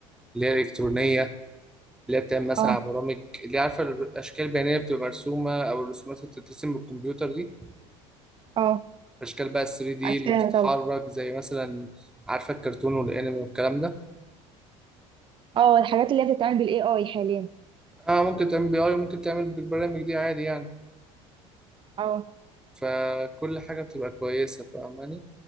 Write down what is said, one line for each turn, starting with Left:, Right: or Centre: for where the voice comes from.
Centre: اللي هي الإلكترونية اللي هي بتعمل مثلا
Right: اه
Centre: على برامج اللي عارفه الاشكال البيانيه بتبقى مرسومه او الرسومات اللي بتترسم بالكمبيوتر دي
Right: اه
Centre: الاشكال بقى 3 دي
Right: عارفاها
Centre: اللي بتتحرك
Right: طبعا
Centre: زي مثلا عارفه الكرتون والانمي والكلام ده
Right: اه الحاجات اللي هي بتتعمل بالاي اي حاليا
Centre: اه ممكن تعمل بي اي وممكن تعمل بالبرامج دي عادي يعني
Right: اه
Centre: فكل حاجه بتبقى كويسه فاهماني